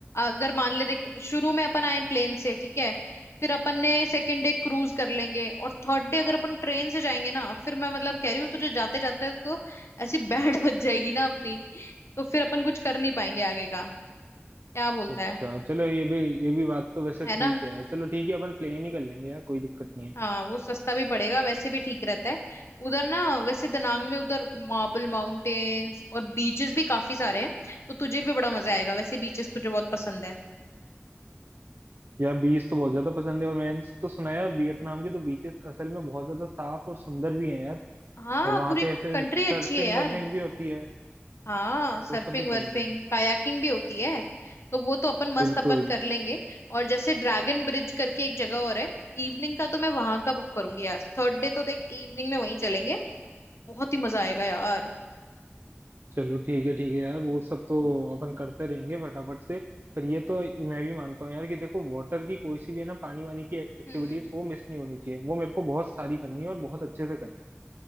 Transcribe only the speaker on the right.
अच्छा
चलो ये भी ये भी बात तो वैसे
ठीक
है चलो ठीक है अपन प्लेन ही कर लेंगे यार कोई दिक्कत नहीं है
यार बीच तो बहुत ज्यादा पसंद है और मैंने तो सुना है यार वियतनाम के तो बीचेस असल में बहुत ज्यादा साफ और सुंदर भी हैं यार
और वहां
पे ऐसे
सर्फिंग
वर्फिंग भी होती है
वो सब भी करेंगे
बिल्कुल
चलो ठीक है ठीक है यार वो सब तो अपन करते रहेंगे फटाफट से पर ये तो मैं भी मानता हूँ यार कि देखो वाटर की कोई सी भी है ना पानी वानी की एक्टिविटीज
वो मिस नहीं होनी चाहिए वो मेरे को बहुत सारी करनी है और बहुत अच्छे से करनी है।